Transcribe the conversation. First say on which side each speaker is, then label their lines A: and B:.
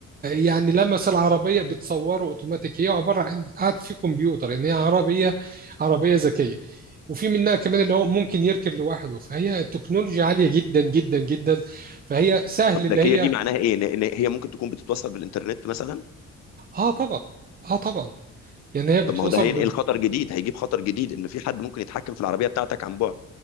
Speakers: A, on the right; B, on the left.
A: يعني لمس العربيه بتصوره اوتوماتيك هي عباره عن قاعد في كمبيوتر يعني هي عربيه عربيه ذكيه وفي منها كمان اللي هو ممكن يركن لوحده فهي التكنولوجيا عالية جدا جدا جدا فهي سهل
B: طب
A: اللي
B: ذكيه
A: هي
B: دي معناها ايه ان إن هي ممكن تكون بتتوصل بالانترنت مثلا
A: اه طبعا اه طبعا يعني هي بتوصل
B: طب ما هو ده هينقل
A: بين
B: خطر جديد هيجيب خطر جديد ان في حد ممكن يتحكم في العربيه بتاعتك عن بعد